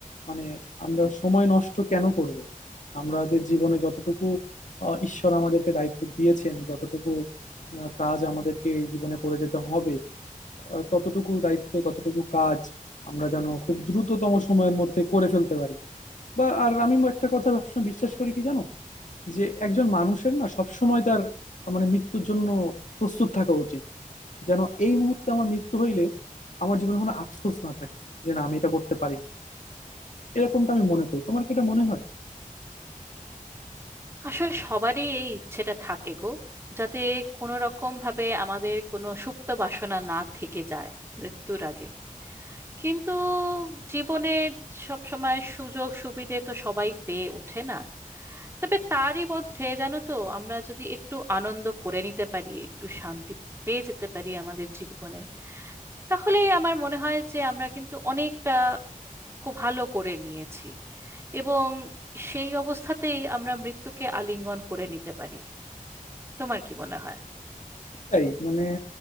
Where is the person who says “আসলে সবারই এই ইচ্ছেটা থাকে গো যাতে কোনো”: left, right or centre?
Right